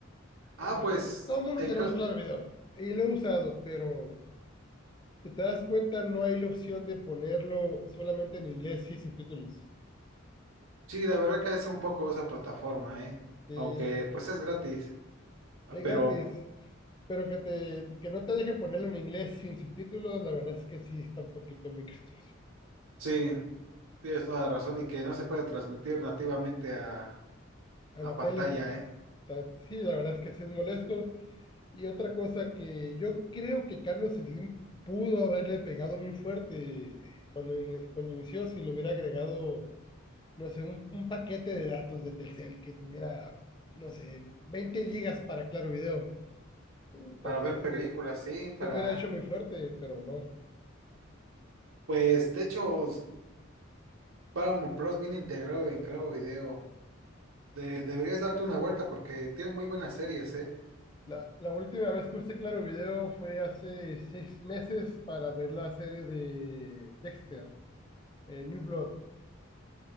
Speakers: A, on the right; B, on the left.
A: Ah,
B: o sea,
A: pues,
B: todo el mundo
A: en,
B: tenemos
A: Cla-
B: Claro Video y lo he usado, pero si te das cuenta no hay la opción de ponerlo solamente en inglés y subtítulos.
A: sí, la verdad que es un poco esa plataforma, ¿eh?
B: Sí,
A: Aunque
B: es,
A: pues es gratis, ah,
B: es
A: pero
B: gratis. Pero que te, que no te deje ponerlo en inglés sin subtítulos, la verdad es que sí está un poquito muy castroso.
A: sí. Tienes toda la razón y que no se puede transmitir nativamente a,
B: A
A: a
B: la
A: pantalla,
B: tele,
A: ¿eh?
B: ta- sí, la verdad es que sí es molesto. Y otra cosa que yo creo que Carlos Slim pudo haberle pegado muy fuerte eh, cuando, in- cuando inició, si le hubiera agregado, no sé, un, un paquete de datos de Telcel que tuviera, no sé, 20 gigas para Claro Video. Puta,
A: Para
B: sí,
A: ver
B: sí
A: películas,
B: hubiera-
A: sí, para...
B: se hubiera hecho muy fuerte, pero no.
A: Pues, de hecho, s- Paramount Plus viene integrado en Claro Video. De- deberías darte una vuelta porque tiene muy buenas series, ¿eh?
B: La, la última vez que usé Claro Video fue hace seis meses para ver la serie de Dexter, eh, New Blood.